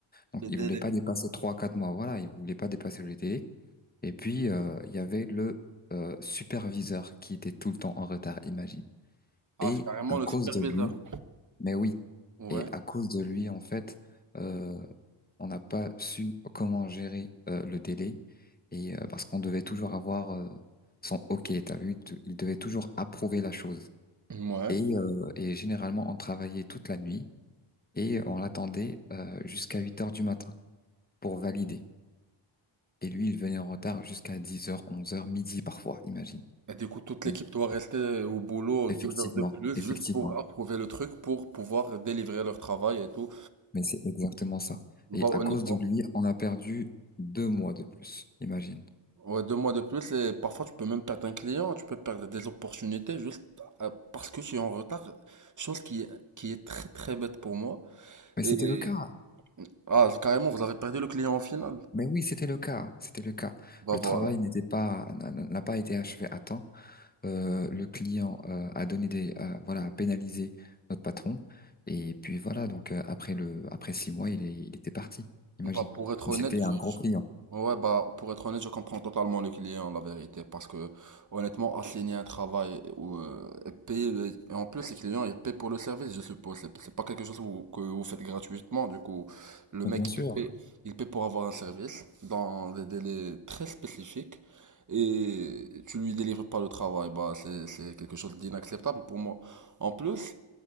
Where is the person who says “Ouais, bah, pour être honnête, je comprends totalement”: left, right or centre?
Right